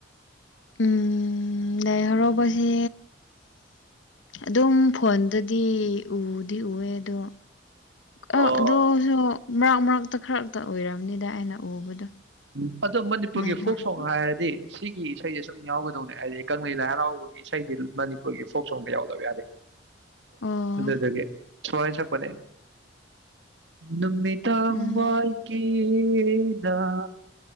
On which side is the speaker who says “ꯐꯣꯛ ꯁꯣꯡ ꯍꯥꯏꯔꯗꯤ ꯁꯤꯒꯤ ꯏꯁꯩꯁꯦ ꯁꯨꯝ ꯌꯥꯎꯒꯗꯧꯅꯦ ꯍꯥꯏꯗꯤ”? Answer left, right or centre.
Right